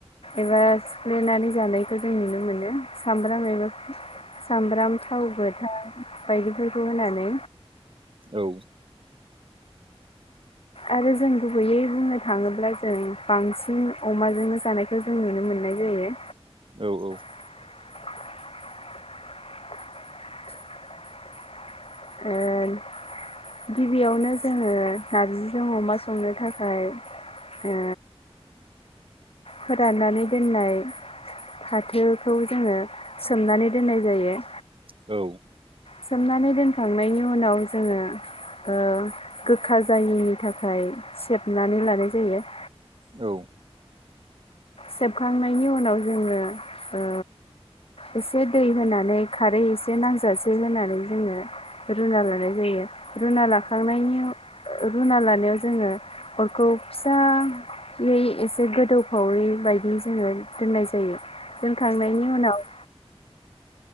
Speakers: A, on the left; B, on the right.
A: एबा सिफ्लेनानै जानायखौ जों नुनो मोनो सामब्राम एबा सामब्राम थाव गोथा बायदि फोरखौ होनानै
B: औ
A: आरो जों गुबैयै बुंनो थाङोब्ला जों बांसिन अमाजोंनो जानायखौ जों नुनो मोननाय जायो
B: औ औ
A: <inaudible> ओन गिबियावनो जोङो नारजिजों अमा संनो थाखाय ओ फोराननानै दोननाय फाथोखौ जोङो सोमनानै दोननाय जायो
B: औ
A: सोमनानै दोनखांनायनि उनाव जोङो ओ गोखा जायिनि थाखाय सेबनानै लानाय जायो।
B: औ
A: सेबखांनायनि उनाव जोङो ओ इसे दै होनानै खारै एसे नांजासे होनानै जोङो रुना लानाय जायो रुना लाखांनायनि ओ रुना लानायाव जोङो अरखौ फिसा <unintelligible> गोदौफावै बायदि जोङो दोननाय जायो दोनखांनायनि उनाव